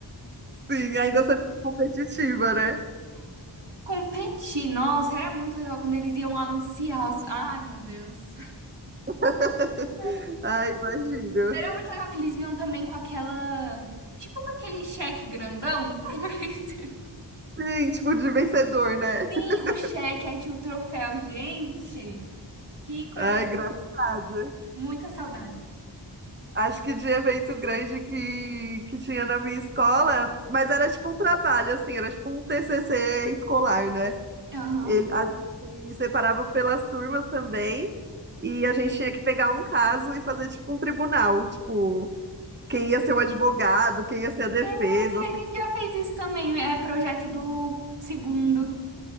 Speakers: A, on the right; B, on the right.
A: Sim, ainda sendo competitiva, né?
B: Competir, nossa, era muito legal quando eles iam anunciar os. Ai, meu Deus.
A: <laughs>
B: Ai,
A: Ai, imagino.
B: Era muito legal que eles vinham também com aquela. Tipo com aquele cheque grandão pro <laughs> vencedor.
A: Sim, tipo de vencedor, né?
B: Sim,
A: <laughs>
B: o cheque, aí tinha o troféu. Gente, que coisa
A: Ai,
B: legal.
A: engraçado.
B: Muitas saudades.
A: Acho que de evento grande que, que tinha na minha escola, mas era tipo um trabalho, assim, era tipo um TCC escolar, né?
B: Aham.
A: Ele, a gente separava pelas turmas também, e a gente tinha que pegar um caso e fazer tipo um tribunal, tipo, quem ia ser o advogado, quem ia ser a defesa.
B: E a
A: assim.
B: gente já fez isso também. É projeto do segundo.